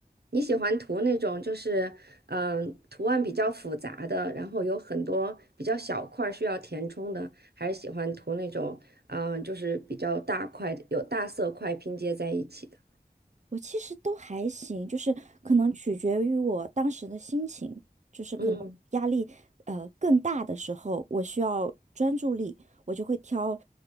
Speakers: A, on the right; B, on the right.
A: 你喜欢涂那种就是嗯呃图案比较复杂的，然后有很多比较小块儿需要填充的，还是喜欢涂那种嗯呃就是比较大块的，有大色块拼接在一起的？
B: 我其实都还行，就是可能取决于我当时的心情，就是可能压力呃更大的时候，
A: 嗯，
B: 我需要专注力，我就会挑